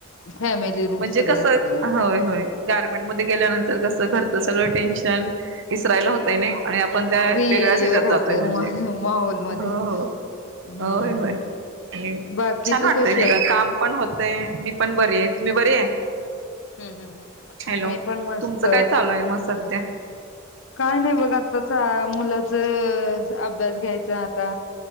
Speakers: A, on the left; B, on the right.
A: फॅमिली रूम
B: म्हणजे
A: सगळं
B: कसं
A: असतं.
B: होय होय. गार्मेंट मध्ये गेल्यानंतर कसं घरचं सगळं टेन्शन विसरायला होतंय नाही. आणि आपण त्या
A: फ्री
B: वेगळ्याच हच्यात
A: राहत
B: जातोय म्हणजे
A: माहोलमध्ये
B: हो हो.
A: हम्म
B: होय होय आणि
A: बाकी
B: छान
A: तू
B: वाटतंय
A: कशी आहेस?
B: खरं काम पण होतय मी पण बरे आहे तुम्ही बर आहे.
A: हम् हम् हम्.
B: हॅलो
A: मी पण मस्त.
B: तुमचं काय चालू आहे मग सध्या
A: काय नाही बघ आत्ताच मुलाचं अभ्यास घ्यायचा आता